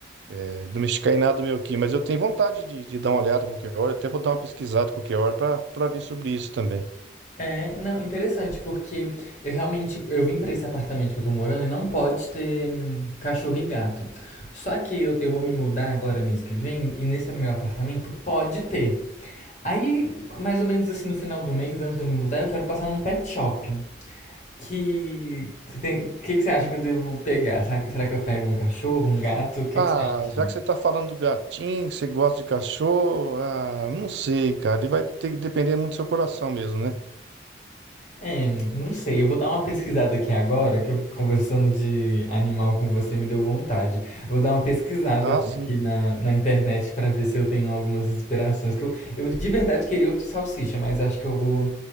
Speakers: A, on the right (about 70°); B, on the left (about 40°).
A: é, domesticar em nada meu aqui, mas eu tenho vontade de, de dar uma olhada qualquer hora, até vou dar uma pesquisada qualquer hora para ver sobre isso também.
B: É, não, interessante, porque eu realmente, eu vim pra esse apartamento que eu tô morando e não pode ter hum, cachorro e gato. Só que eu, eu vou me mudar agora mês que vem e nesse meu apartamento pode ter. Aí, mais ou menos assim, no final do mês, antes de eu me mudar, eu quero passar num pet shop. Que. Você tem... que, que você acha que eu devo pegar? Será que, será que eu pego um cachorro, um gato? O que,
A: Ah,
B: que você acha?
A: já que você tá falando do gatinho, que você gosta de cachorro, ah, não sei, cara, ele vai ter que depender muito do seu coração mesmo, né?
B: É, não sei. Eu vou dar uma pesquisada aqui agora, que eu conversando de animal com você me deu vontade. Eu vou dar uma pesquisada
A: Ah, sim.
B: aqui na, na internet pra ver se eu tenho algumas inspirações. Que eu, eu de verdade queria outro salsicha, mas acho que eu vou